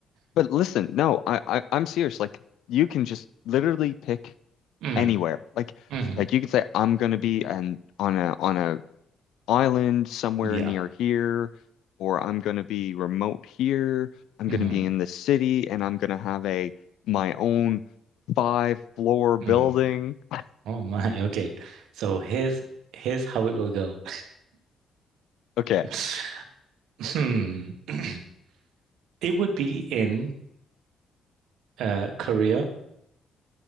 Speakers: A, on the left; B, on the right.
A: But listen, no, I, I I'm serious. Like you can just literally pick
B: Mm,
A: anywhere. Like
B: hmm
A: like you could say I'm gonna be an on a on a island somewhere
B: yeah.
A: near here, or I'm gonna be remote here. I'm
B: Mm,
A: gonna be in the city, and I'm gonna have a my own five floor building.
B: mm.
A: <laughs>
B: Oh my. Okay. So here's here's how it will go.
A: Okay.
B: <laughs> Hmm. <clears throat> It would be in uh Korea.